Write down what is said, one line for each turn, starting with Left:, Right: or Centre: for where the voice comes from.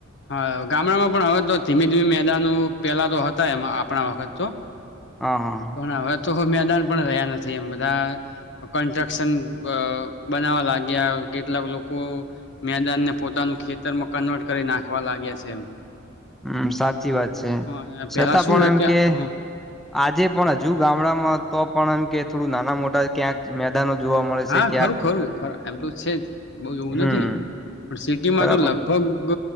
Left: હા ગામડામાં પણ હવે તો ધીમે ધીમે મેદાાન પેલા તો હતા એમાં આપણા વખત તો.
Centre: હા.
Left: પણ હવે તો મેદાન પણ રહ્યા નથી એમ બધા, કન્સ્ટ્રક્શન બનાવવા લાગ્યા. કેટલાક લોકો, મેદાન ને પોતાનું ખેતરમાં કન્વર્ટ કરી નાખવા લાગ્યા છે.
Centre: હમ સાચી વાત છે,
Left: હ પેલા
Centre: છતાં
Left: શું
Centre: પણ
Left: હે
Centre: એમ
Left: હ
Centre: કે, આજે પણ જ હજુ ગામડામાં તો પણ એમ કે થોડું નાના મોટા ક્યાંક મેદાનો જોવા મળે
Left: હા
Centre: છે ક્યાંક
Left: ખરું ખરું ખ એમ તો છે જ બહુ એવું
Centre: હમ
Left: નથી, પણ સિટી માં
Centre: બરાબર
Left: તો લગભગ